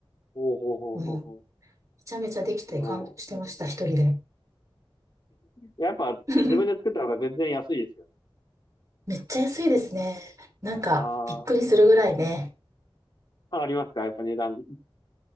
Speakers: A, on the left; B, on the right.
A: ほうほうほうほうほ
B: うん、めちゃめちゃできて感動してました、
A: う。いやー、
B: 一人で。
A: やっぱ自分で作った方が全然安いですよ。
B: <laughs> めっちゃ安いですね。なんか、
A: ああ、
B: びっくりするぐらいね。
A: はい。変わりますかやっぱ値段。<laughs>